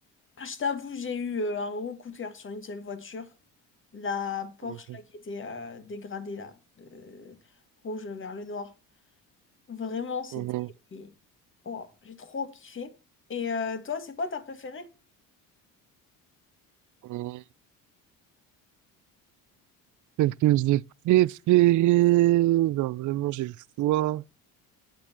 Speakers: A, on the left (about 30°); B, on the right (about 50°).
A: je t'avoue, j'ai eu euh, un gros coup de cœur sur une seule voiture, la Porsche,
B: Mhm,
A: là, qui était euh, dégradée, là, de rouge vers le noir. Vraiment, c'était...
B: mhm,
A: et- Oh, j'ai trop kiffé. Et euh, toi, c'est quoi ta préférée?
B: mhm. Celle que j'ai préférée, genre vraiment j'ai le choix.